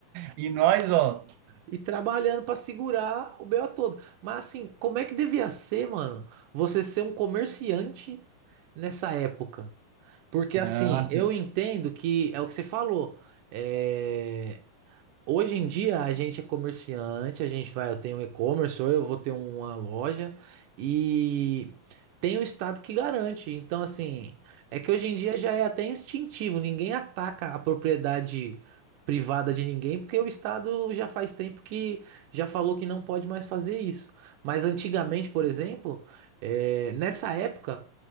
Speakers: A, on the right (about 85°); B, on the right (about 70°).
A: E nós, ó,
B: E trabalhando para segurar o BO todo. Mas assim, como é que devia ser, mano, você ser um comerciante nessa época? Porque
A: nossa,
B: assim, eu entendo que é o que você falou. É, Hoje em dia a gente é comerciante, a gente vai, eu tenho um e-commerce ou eu vou ter uma loja e tem o estado que garante. Então, assim, é que hoje em dia já é até instintivo, ninguém ataca a propriedade privada de ninguém, porque o estado já faz tempo que já falou que não pode mais fazer isso. Mas antigamente, por exemplo, eh, nessa época